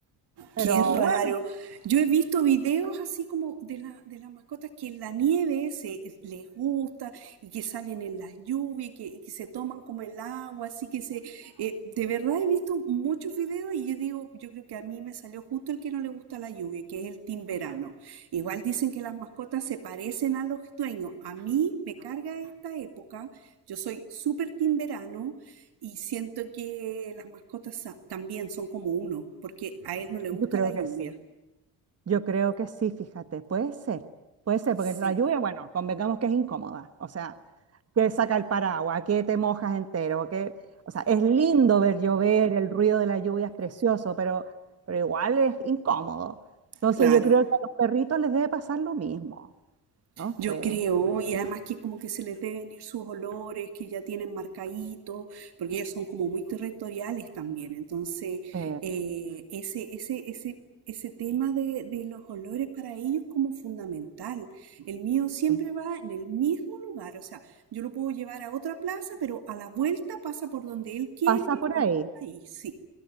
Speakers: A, on the right; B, on the right.
A: Pero
B: Qué raro.
A: bueno,
B: Yo he visto videos así como de, la, de las mascotas que en la nieve se les gusta y que salen en las lluvias, que, que se toman como el agua, así que se... eh, de verdad he visto muchos videos y yo digo, yo creo que a mí me salió justo el que que no le gusta la lluvia, que es el timberano. Igual dicen que las mascotas se parecen a los dueños. A mí me carga esta época. Yo soy súper timberano y siento que las mascotas sa- también son como uno, porque a él no le gusta
A: yo creo
B: la lluvia.
A: que sí. Yo creo que sí, fíjate, puede ser, puede ser,
B: Sí,
A: porque la lluvia, bueno, convengamos que es incómoda, o sea, que saca el paraguas, que te mojas entero, que, o sea, es lindo ver llover, el ruido de la lluvia es precioso, pero, pero igual es incómodo. Entonces
B: claro.
A: yo creo que a los perritos les debe pasar lo mismo, ¿no?
B: Yo
A: sé,
B: creo, y además que como que se les deben ir sus olores, que ya tienen marcaditos, porque ellos son como muy territoriales también. Entonces,
A: sí,
B: eh, ese, ese, ese, ese tema de, de los olores para ellos como fundamental. El mío siempre
A: sí.
B: va en el mismo lugar, o sea, yo lo puedo llevar a otra plaza, pero a la vuelta pasa por donde él quiere,
A: Pasa por
B: donde
A: ahí.
B: está ahí, sí.